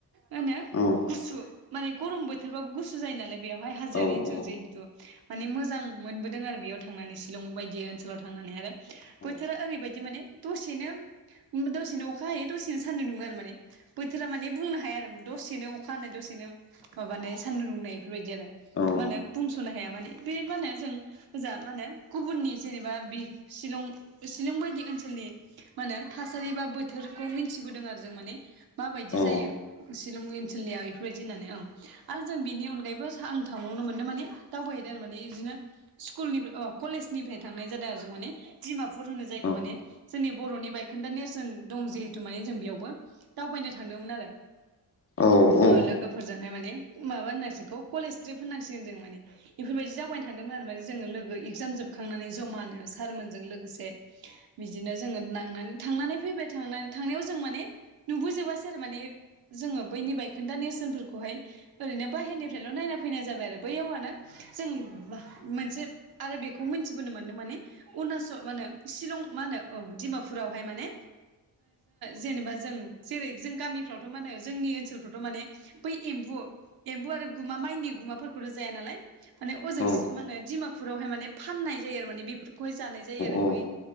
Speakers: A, on the right; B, on the left.
A: होनो
B: औ
A: गुसु माने गरम बोथोरबाबो गुसु जायो नालाय बेयावहाय हाजोआरि
B: औ
A: ओनसोल
B: औ
A: जिहेतु माने मोजां मोनबोदों आरो बेयाव थांनानै शिलं बायदि ओनसोलाव थांनानै आरो बोथोरा
B: औ
A: ओरैबायदि माने दसेनो दसेनो अखा हायो दसेनो सान्दुं दुङो आरो माने। बोथोरा माने बुंनो हाया आरो दसेनो अखा हानाय दसेनो माबानाय सान्दुं दुंनाय। बेफोरबायदि आरो
B: औ
A: मा होनो बुंस'नो हाया माने बे मा होनो जों जा मा होनो गुबुननि जेनेबा बि शिलं शिलं बायदि ओनसोलनि माने थासारि बा बोथोरखौ मिथिबोदों आरो जों माने माबायदि
B: औ
A: जायो शिलंनि ओनसोलनियाव बेफोरबायदि होननानै औ आरो जों बिनि अनगायैबो आं थांबावनो मोनदों माने दावबायहैदों आरो माने बिदिनो स्कुलनि ओ कलेजनिफ्राय थांनाय जादों आरो जों माने डिमापुर होनो जायखौ
B: औ अ
A: माने जोंनि बर'नि बायखोन्दा नेेरसन दं जिहेतु माने जों बेयावबो दावबायनो थांदोंमोन आरो।
B: औ
A: ओ
B: औ
A: लोगोफोरजोंहाय माने। माबा होननांसिग कलेज ट्रिप होननांसिगोन जों माने बेफोरबायदि दावबायनो थांदोंमोन आरो माने जोङो लोगो एगजाम जोबखांनानै जमानो सारमोनजों लोगोसे बिदिनो जोङो नांनानै थांनानै फैबाय थांनानै थांनायाव जों माने नुबोजोबासै आरो माने जोङो बैनि बायखोन्दा नेरसोनफोरखौहाय ओरैनो बाहेरनिफ्रायल' नायना फैनाय जाबाय आरो बै औआनो जों मोनसे आरो बेखौ मिथिबोनो मोन्दों माने अरुणचल मा होनो शिलं मा होनो ओं डिमापुरावहाय माने जेनेबा जों जेरै जों गामिफ्रावथ' मा होनो जोंनि ओनसोलफ्रावथ' माने बै एम्बु एम्बु आरो गुमा माइनि गुमाफोरखौथ' जाया नालाय माने अजों
B: औ
A: माने डिमापुरावहाय माने फाननाय जायो आरो माने बेफोरखौहाय जानाय जायो आरो
B: औ
A: बै